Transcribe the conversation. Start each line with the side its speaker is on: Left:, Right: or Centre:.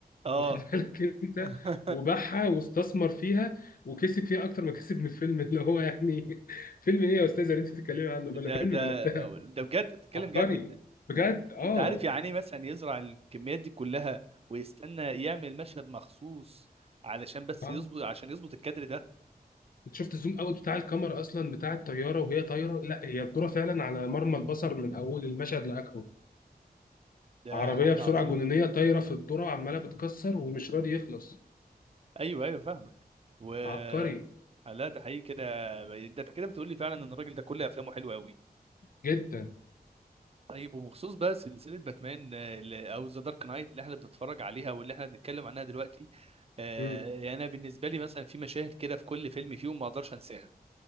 Right: اه
Left: واخد بالك انت
Right: <laughs>
Left: وباعها واستثمر فيها وكسب فيها اكتر ما كسب من الفيلم <laughs> اللي هو يعني <laughs> فيلم ايه يا استاذه اللي انت بتتكلمي عنه بلا
Right: ده
Left: فيلم
Right: ده
Left: بلا بتاع
Right: ده بجد بتتكلم
Left: عبقري
Right: جد
Left: بجد اه
Right: انت عارف يعني ايه مثلا يزرع الكميات دي كلها ويستنى يعمل مشهد مخصوص علشان بس
Left: اه
Right: يظبط عشان يظبط الكادر ده
Left: انت شفت الزوم اوت بتاع الكاميرا اصلا بتاع الطياره وهي طايره لا هي الذره فعلا على مرمى البصر من اول المشهد لاخره
Right: ده
Left: عربيه
Right: حاجة
Left: بسرعه
Right: عظيمة
Left: جنونيه طايره في الذره وعماله بتكسر ومش راضي يخلص
Right: ايوه ايوه فاهمك و
Left: عبقري
Right: لا ده حقيقي كده ده انت كده بتقول لي فعلا ان الراجل ده كل افلامه حلوه قوي
Left: جدا
Right: طيب وبخصوص بقى سلسله باتمان آه، اللي- او ذا دارك نايت اللي احنا بنتفرج عليها واللي احنا بنتكلم عنها دلوقتي آه،
Left: امم
Right: يعني انا بالنسبه لي مثلا في مشاهد كده في كل فيلم فيهم ما اقدرش انساها